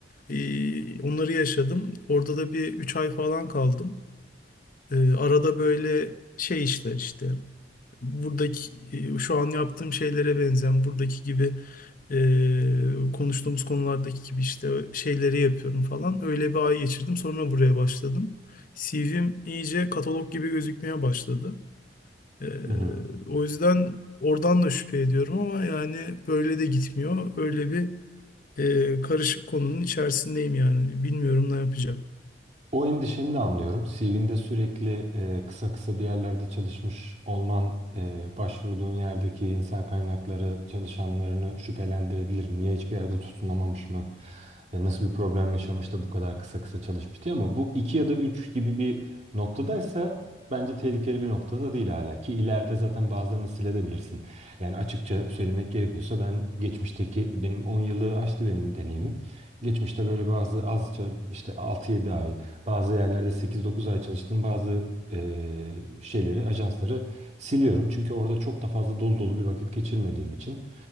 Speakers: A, on the left; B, on the right.
A: e, onları yaşadım. Orada da bir 3 ay falan kaldım. Ee, arada böyle şey işler işte buradaki e, şu an yaptığım şeylere benzeyen buradaki gibi e, konuştuğumuz konulardaki gibi işte şeyleri yapıyorum falan. Öyle bir ay geçirdim. Sonra buraya başladım. CV'm iyice katalog gibi gözükmeye başladı. E,
B: Hı hı.
A: o yüzden oradan da şüphe ediyorum ama yani böyle de gitmiyor. Öyle bir e, karışık konunun içerisindeyim yani. Bilmiyorum ne yapacağım.
B: O endişeni de anlıyorum. CV'nde sürekli e, kısa kısa bir yerlerde çalışmış olman e, başvurduğun yerdeki insan kaynakları çalışanlarını şüphelendirebilir. Niye hiçbir yerde tutunamamış mı? E, nasıl bir problem yaşamış da bu kadar kısa kısa çalışmış diye ama bu iki ya da üç gibi bir noktadaysa bence tehlikeli bir noktada değil hala ki ileride zaten bazılarını silebilirsin. Yani açıkça söylemek gerekiyorsa ben geçmişteki benim 10 yılı aştı benim deneyimim. Geçmişte böyle bazı azca işte altı yedi ay bazı yerlerde sekiz dokuz ay çalıştığım bazı eee, şeyleri, ajansları siliyorum. Çünkü orada çok da fazla dolu dolu bir vakit geçirmediğim için